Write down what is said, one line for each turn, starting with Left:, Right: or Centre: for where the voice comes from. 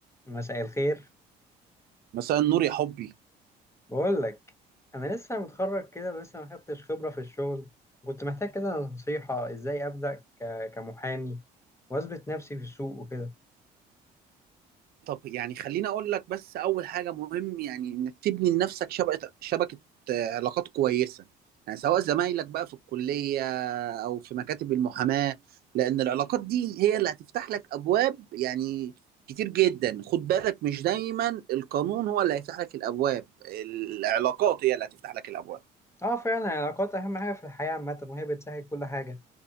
Left: مساء الخير
Right: مثلا نور يا حبي
Left: بقول لك انا لسه متخرج كده بس ما خدتش خبره في الشغل كنت محتاج كده نصيحه ازاي ابدا ك- كمحامي واثبت نفسي في السوق وكده
Right: طب يعني خليني اقول لك بس اول حاجه مهم يعني انك تبني لنفسك شبكه شبكه آه، علاقات كويسه يعني سواء زمايلك بقى في الكليه او في مكاتب المحاماه لان العلاقات دي هي اللي هتفتح لك ابواب يعني كتير جدا خد بالك مش دايما القانون هو اللي هيفتح لك الابواب العلاقات هي اللي هتفتح لك الابواب
Left: اه فعلا العلاقات اهم حاجه في الحياه عامه وهي بتسهل كل حاجه